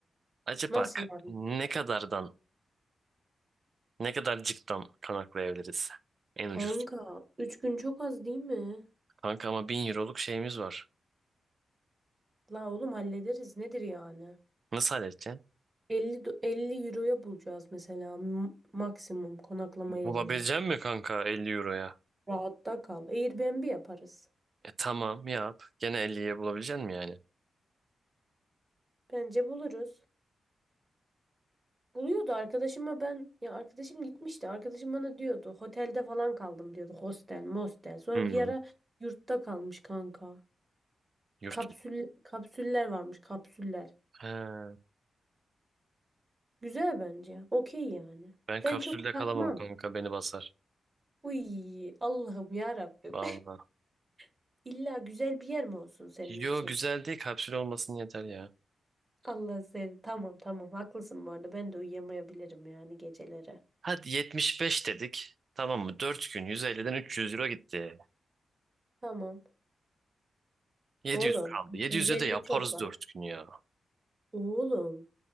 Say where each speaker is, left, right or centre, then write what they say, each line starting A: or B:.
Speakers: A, on the right (about 45°); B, on the right (about 20°).
A: Acaba
B: Nasıl
A: ka-
B: yani?
A: ne kadardan ne kadarcıktan konaklayabiliriz en
B: Kanka
A: ucuz?
B: 3 gün çok az değil mi?
A: Kanka ama 1000 euroluk şeyimiz var.
B: La oğlum hallederiz. Nedir yani?
A: Nasıl halledeceksin?
B: 50 do- 50 euroya bulacağız mesela m- maksimum konaklama yerine.
A: Bulabilecek mi kanka 50 euroya?
B: Rahatta kal. Airbnb yaparız.
A: E tamam yap. Gene elliye bulabilecek mi yani?
B: Bence buluruz. Buluyordu arkadaşıma ben ya arkadaşım gitmişti. Arkadaşım bana diyordu otelde falan kaldım diyordu. Hostel, mostel. Sonra
A: Hmm.
B: bir ara yurtta kalmış kanka.
A: Yurt
B: Kapsül
A: mu?
B: kapsüller varmış, kapsüller.
A: He,
B: Güzel bence. Okey yani.
A: ben kapsülde
B: Ben çok takmam.
A: kalamam kanka beni basar.
B: Uy Allah'ım ya Rabbim.
A: Vallahi.
B: <laughs> İlla güzel bir yer mi olsun senin
A: Yo
B: için?
A: güzel değil kapsül olmasın yeter ya.
B: Allah seni. Tamam tamam haklısın bu arada. Ben de uyuyamayabilirim yani geceleri.
A: Hadi 75 dedik. Tamam mı? 4 gün 150'den 300 euro gitti.
B: Tamam.
A: 700
B: Oğlum
A: kaldı. 700'e
B: 150
A: de yaparız
B: çok var.
A: 4 gün ya.
B: Oğlum